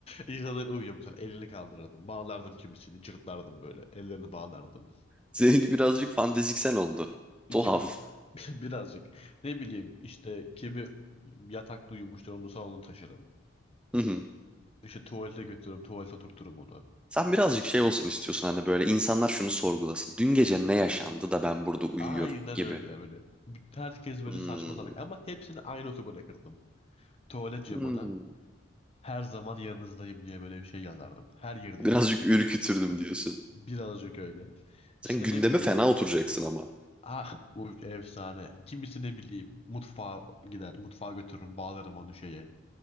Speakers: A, on the left (about 30°); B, in the centre.
A: İnsanlar uyuyor mesela. Elini kaldırırdım. Bağlardım kimisini. Cırtlardım böyle. Ellerini bağlardım.
B: Seninki birazcık fanteziksel oldu.
A: Bir
B: Tuhaf.
A: tek <laughs> birazcık. Ne bileyim işte kimi yatakta uyumuştur onu salona taşırım.
B: Hı hı.
A: İşte tuvalete götürürüm. Tuvalete oturturum onu.
B: Sen birazcık şey olsun istiyorsun hani böyle insanlar şunu sorgulasın. Dün gece ne yaşandı da ben burada uyuyorum
A: Aynen
B: gibi.
A: öyle böyle. Herkes böyle
B: Hmm.
A: saçma salak ama hepsini aynı otobana bırakırdım. Tuvalet camına
B: Hmm.
A: her zaman yanınızdayım diye böyle bir şey yazardım. Her girdiğim
B: Birazcık
A: eve.
B: ürkütürdüm diyorsun.
A: Birazcık öyle.
B: Sen
A: İşte
B: gündeme
A: ne bileyim
B: fena oturacaksın ama.
A: Ah bu efsane. Kimisi ne bileyim mutfağa gider. Mutfağa götürürüm bağlarım onu şeye